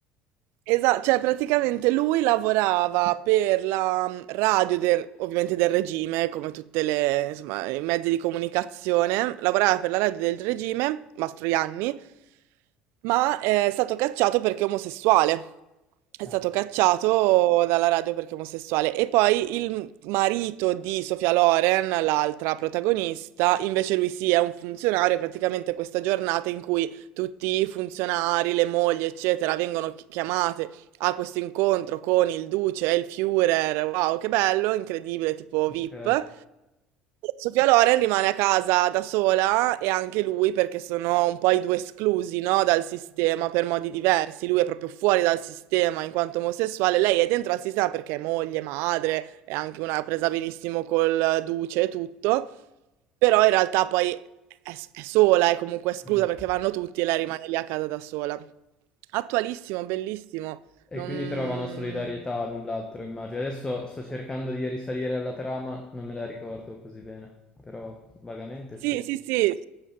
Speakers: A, on the right (about 60°); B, on the left (about 20°).
A: Esatto, cioè praticamente lui lavorava per la mm, radio del- ovviamente del regime, come tutte le, insomma, i mezzi di comunicazione, lavorava per la radio del regime, Mastroianni, ma eh, è stato cacciato perché omosessuale. È
B: Ah,
A: stato cacciato dalla radio perché omosessuale. E poi il marito di Sofia Loren, l'altra protagonista, invece lui sì, è un funzionario, è praticamente questa giornata in cui tutti i funzionari, le mogli, eccetera, vengono chi- chiamate ha questo incontro con il duce e il Führer, wow, che bello, incredibile, tipo VIP.
B: ok.
A: Sofia Loren rimane a casa da sola e anche lui perché sono un po' i due esclusi, no, dal sistema per modi diversi. Lui è proprio fuori dal sistema in quanto omosessuale, lei è dentro al sistema perché è moglie, madre, è anche una presa benissimo col duce e tutto. Però in realtà poi è, è sola, è comunque esclusa
B: Mhm.
A: perché vanno tutti e lei rimane lì a casa da sola. Attualissimo, bellissimo.
B: E
A: Non...
B: quindi trovano solidarietà a null'altro, immagino. Adesso sto cercando di risalire alla trama, non me la ricordo così bene, però vagamente
A: Sì,
B: sì.
A: sì, sì.